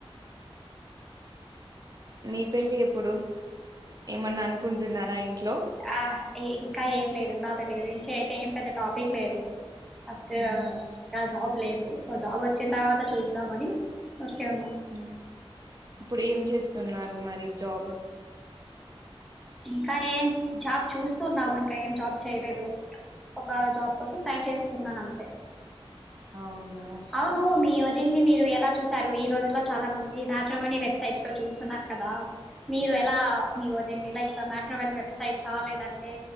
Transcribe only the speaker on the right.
నీ పెళ్లి ఎప్పుడు ఏమన్నా అనుకుంటున్నారా ఇంట్లో
మ్మ్
ఉమ్ ఇప్పుడు ఏం చెస్ స్తున్నారు మరి జాబు
అవునా